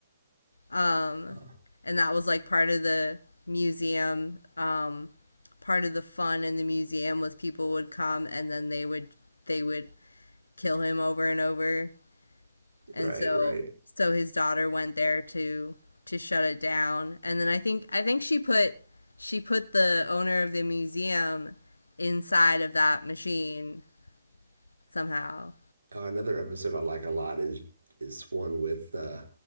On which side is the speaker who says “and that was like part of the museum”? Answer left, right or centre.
Left